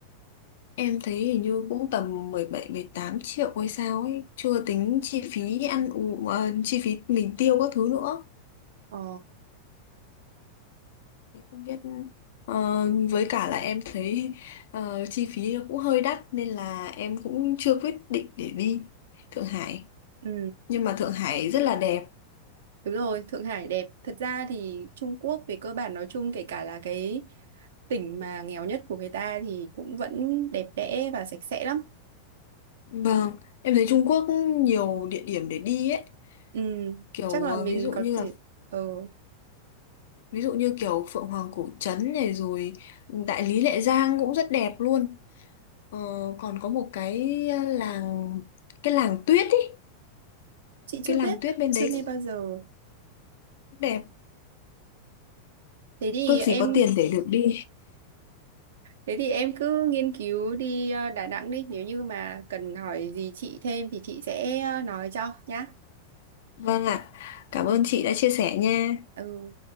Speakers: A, on the left; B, on the right.
A: Em thấy hình như cũng tầm mười bảy mười tám triệu hay sao ấy, chưa tính chi phí ăn uống ờ, chi phí mình tiêu các thứ nữa.
B: Ờ,
A: Thế Không biết ờ, với cả là em thấy ờ, chi phí nó cũng hơi đắt nên là em cũng chưa quyết định để đi Thượng Hải.
B: ừ,
A: Nhưng mà Thượng Hải rất là đẹp.
B: đúng rồi, Thượng Hải đẹp. Thật ra thì Trung Quốc về cơ bản nói chung kể cả là cái tỉnh mà nghèo nhất của người ta thì cũng vẫn đẹp đẽ và sạch sẽ lắm.
A: Vâng, em thấy Trung Quốc nhiều địa điểm để đi ấy,
B: Ừ,
A: kiểu
B: chắc là
A: ờ,
B: mình
A: ví dụ
B: có
A: như
B: thể
A: là
B: ờ
A: ví dụ như kiểu Phượng Hoàng Cổ Trấn này rồi Đại Lý Lệ Giang cũng rất đẹp luôn ờ, còn có một cái ờ, làng cái làng tuyết ý
B: chị chưa
A: cái làng
B: biết,
A: tuyết bên
B: chưa
A: đấy
B: nghe
A: cũng
B: bao giờ.
A: đẹp
B: Thế thì
A: ước
B: em
A: gì có tiền để được đi
B: Thế thì em cứ nghiên cứu đi ờ, Đà Nẵng đi, nếu như mà cần hỏi gì chị thêm thì chị sẽ ờ, nói cho nhá.
A: vâng ạ cảm ơn chị đã chia sẻ nha
B: Ừ.